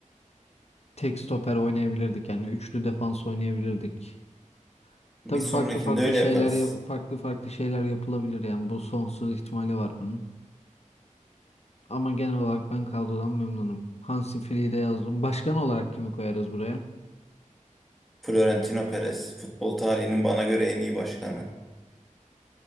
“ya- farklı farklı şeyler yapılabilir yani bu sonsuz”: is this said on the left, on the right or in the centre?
Left